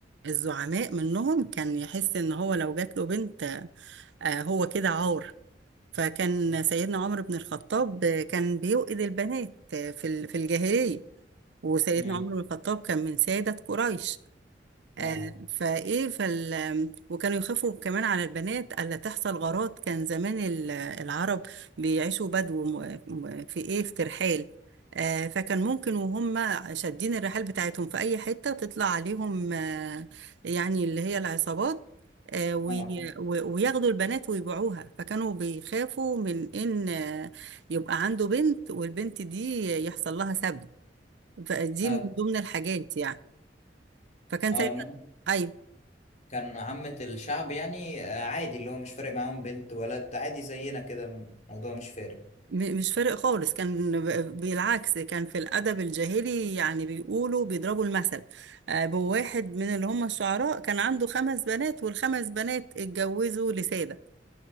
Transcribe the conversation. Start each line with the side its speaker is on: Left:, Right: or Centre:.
Right: الزعماء منهم كان يحس إن هو لو جات له بنت آه هو كده عار فكان سيدنا عمر بن الخطاب آه، كان بيوئد البنات آه، في ال- في الجاهلية وسيدنا
Left: مم.
Right: عمر بن الخطاب كان من سادة قريش آه،
Left: اه
Right: فايه فال وكانوا يخافوا كمان على البنات الا تحصل غارات كان زمان ال- العرب بيعيشوا بدو م- م- في ايه في ترحال آه، فكان ممكن وهم شادين الرحال بتاعتهم في اي حته تطلع عليهم آه، يعني اللي هي العصابات آه، وي-
Left: اه
Right: و- وياخدوا البنات ويبيعوها فكانوا بيخافوا من ان آه، يبقى عنده بنت والبنت دي يحصل لها سبي فدي
Left: اه
Right: من ضمن الحاجات يعني فكان
Left: اه
Right: سيدنا
Left: انما
Right: اي
Left: كان عامة الشعب يعني آه، عادي اللي هو مش فارق معاهم بنت ولد عادي زينا كده الموضوع مش فارق
Right: م- مش فارق خالص كان ب- بالعكس كان في الأدب الجاهلي يعني بيقولوا بيضربوا المثل آه، بواحد من اللي هم الشعراء كان عنده خمس بنات والخمس بنات اتجوزوا لسادة